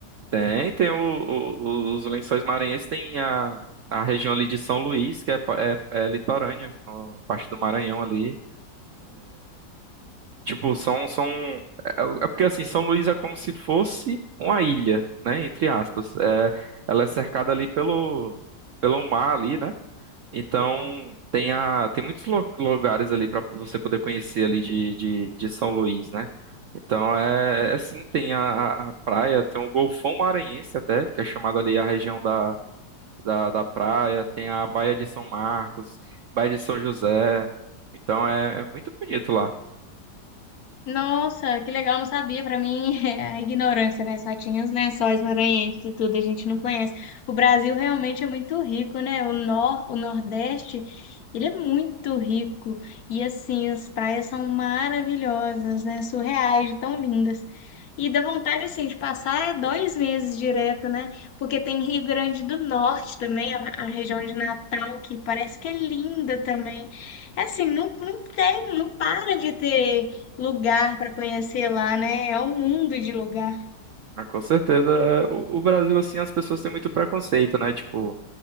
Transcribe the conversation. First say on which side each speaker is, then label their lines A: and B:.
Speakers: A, on the right; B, on the left.
A: Tem, tem o- o- os Lençóis Maranhenses, tem a, a região ali de São Luís, que é, pa- é, é litorânea, a parte do Maranhão ali. Tipo, são, são... É é porque, assim, São Luís é como se fosse uma ilha, né? Entre aspas. É, ela é cercada ali pelo, pelo mar ali, né? Então, tem, a, tem muitos lu- lugares ali para você poder conhecer ali de, de, de São Luís, né? Então, é, é sim, tem a, a praia, tem o Golfão Maranhense até, que é chamado ali a região da, da, da praia, tem a Baía de São Marcos, Baía de São José. Então, é, é muito bonito lá.
B: Nossa, que legal, não sabia. Para mim <laughs> é a ignorância, né? Só tinha os lençóis maranhenses e tudo, a gente não conhece. O Brasil realmente é muito rico, né? O nor, o Nordeste, ele é muito rico. E assim, as praias são maravilhosas, né? Surreais, de tão lindas. E dá vontade, assim, de passar dois meses direto, né? Porque tem Rio Grande do Norte também, a, a região de Natal, que parece que é linda também. É Assim, não, não tem, não para de ter lugar para conhecer lá, né? É um mundo de lugar.
A: Ah, com certeza. É, O, o Brasil, assim, as pessoas têm muito preconceito, né? Tipo,